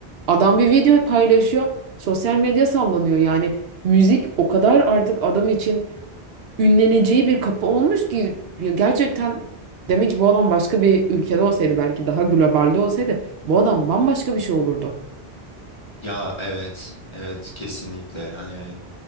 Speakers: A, on the right (about 70°); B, on the left (about 30°).
A: Adam bir video paylaşıyor. Sosyal medya sallanıyor. Yani müzik o kadar artık adam için ünleneceği bir kapı olmuş ki ya gerçekten demek ki bu adam başka bir ülkede olsaydı belki daha globalde olsaydı bu adam bambaşka bir şey olurdu.
B: Ya evet, evet kesinlikle hani